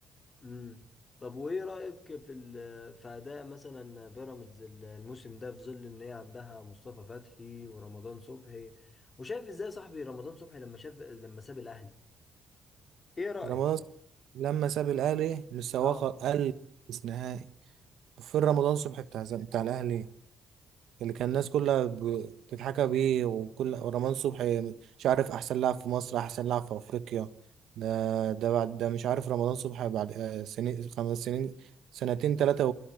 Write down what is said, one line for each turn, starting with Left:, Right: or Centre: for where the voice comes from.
Left: امم طب وايه رايك في ال... في اداء مثلا بيراميدز ال- الموسم ده في ظل ان هي عندها مصطفى فتحي ورمضان صبحي وشايف ازاي يا صاحبي رمضان صبحي لما شاف لما ساب الاهلي ايه رايك
Right: رمضان ص- لما ساب الأهلي مستواه
Left: اه
Right: خ- قل في نهائي وفين رمضان صبحي بتاع زم- بتاع الأهلي اللي كان الناس كلها ب- بتتحكى بيه وكل ورمضان صبحي مش عارف احسن لاعب في مصر احسن لاعب في افريقيا ده ده بعد ده مش عارف رمضان صبحي بعد آه، سنين خمس سنين سنتين ثلاثة